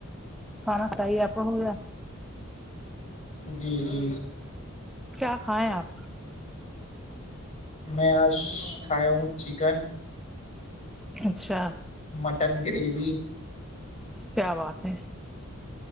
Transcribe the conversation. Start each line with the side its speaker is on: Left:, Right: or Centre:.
Centre: کھانا کاہیے آپ کو ہو گیا
Left: جی جی
Centre: کیا کھائیں آپ
Left: میں آج کھا ہوں چکن
Centre: اچھا
Left: مٹن گریوی
Centre: کیا بات ہے